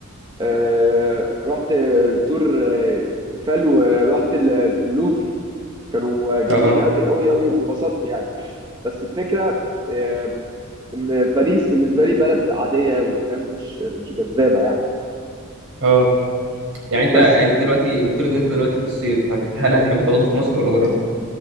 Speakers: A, on the right; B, on the right.
A: آه رحت آه، تور آه، ايفل ورحت ال- اللوفر كانوا جامدين
B: اه
A: قوي قوي قوي وانبسطت يعني بس الفكره آه ان باريس بالنسبه لي بلد عاديه قوي فاهم مش مش جذابه يعني
B: اه يعني انت
A: بس
B: يعني انت دلوقتي نفترض ان انت دلوقتي في الصيف هت- هل هتحب تقعدوا في مصر ولا بره